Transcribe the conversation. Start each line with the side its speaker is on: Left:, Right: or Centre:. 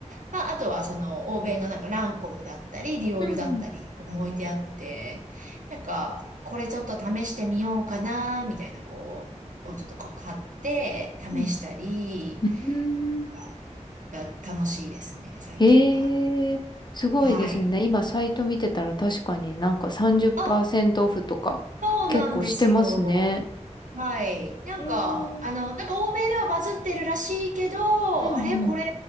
Right: まあ、あとはその、欧米のなんか、ランコムだったり、ディオールだったり、
Left: うん、
Right: 置いてあって、なんか、これちょっと試してみようかな、みたいな、こう、をちょっとこう、買って、試したり、
Left: うん。うん。うーん
Right: がが楽しいですね、最近は。
Left: へえ、すごいですね。
Right: はい。
Left: 今、サイト見てたら確かになんか30%
Right: あ、
Left: オフとか結構してますね。
Right: そうなんですよ。はい。なんか、
Left: へえ、
Right: あの、なんか欧米ではバズってるらしいけど、
Left: うん、うん。
Right: あれこれ